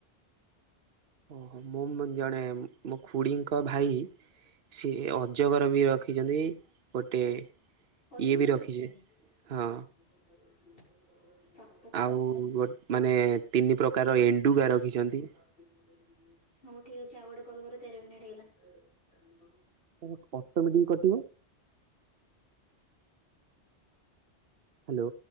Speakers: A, on the right (about 60°); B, on the left (about 55°).
A: ଓହୋ ମୁଁ ଜଣେ ମୁ ପୁଡ଼ିଙ୍କ ଭାଇ ସି ଅଜଗର ବି ରଖିଛନ୍ତି ଗୋଟେ
B: ଅଜଗରେ
A: ଇଏ ବି ରଖିଛି
B: ରଖିଛନ୍ତି।
A: ହଁ
B: <unintelligible> ହଉ ଠିକ
A: ଆଉ
B: ଅଛି
A: ଗୋ ମାନେ
B: ଆଉ
A: ତିନି ପ୍ରକାର
B: ଗୋଟେ
A: ଏଣ୍ଡୁଗା ରଖିଛନ୍ତି
B: କଲ୍ କର ତେର ମିନିଟ୍ ହେଇଗଲା।
A: ତାର ଅଟୋମେଟିକ କଟିବ। ହ୍ୟାଲୋ